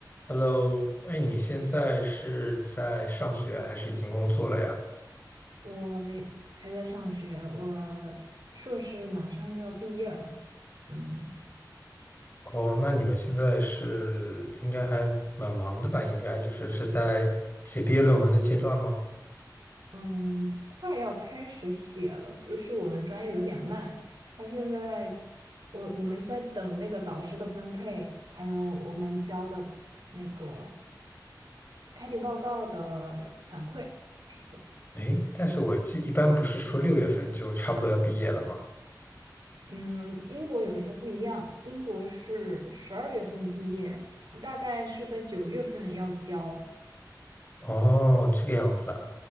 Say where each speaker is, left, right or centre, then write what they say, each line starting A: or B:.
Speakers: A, on the left; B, on the right.
A: Hello，哎，你现在是在上学还是已经工作了呀？
B: 我还在上学，我硕士马上就要毕业了，嗯
A: 哦，那你们现在是应该还蛮忙的吧？应该就是是在写毕业论文的阶段吗？
B: 嗯，快要开始写了，就是我们专业有点慢，他现在我我们在等那个导师的分配，还有我们交的那个开题报告的反馈。是的，
A: 哎，但是我记一般不是说六月份就差不多要毕业了吗？
B: 嗯，英国有些不一样，英国是十二月份毕业，大概是在九月份要交。
A: 哦，这个样子啊。